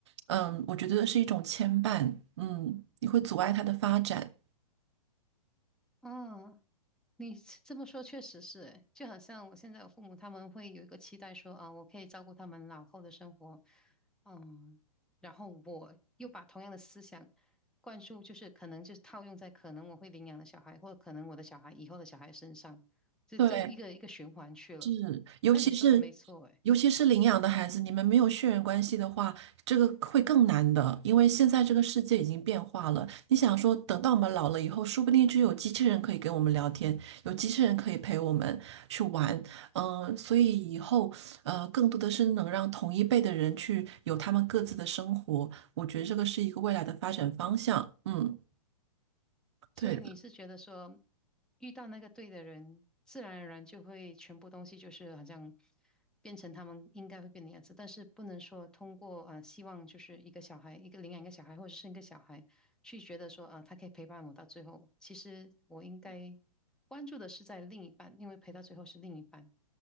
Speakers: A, on the right; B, in the centre.
A: 嗯，我觉得是一种牵绊，嗯，你会阻碍他的发展。
B: 嗯，你这么说确实是诶，就好像我现在有父母，他们会有一个期待说，啊，我可以照顾他们老后的生活，嗯，然后我又把同样的思想灌输，就是可能就是套用在可能我会领养的小孩，或者可能我的小孩以后的小孩身上，这这一个一个循环去了。
A: 对，是，尤其是
B: 那你说的没错，诶。
A: 尤其是领养的孩子，你们没有血缘关系的话，这个会更难的，因为现在这个世界已经变化了。你想说，等到我们老了以后，说不定就有机器人可以跟我们聊天，有机器人可以陪我们去玩，嗯、所以以后呃，更多的是能让同一辈的人去有他们各自的生活，我觉得这个是一个未来的发展方向。嗯，对的。
B: 所以你是觉得说，遇到那个对的人，自然而然就会全部东西就是好像变成他们应该会变的样子，但是不能说通过啊、希望就是一个小孩，一个领养一个小孩，或者是生一个小孩，去觉得说啊、他可以陪伴我到最后。其实我应该关注的是在另一半，因为陪到最后是另一半。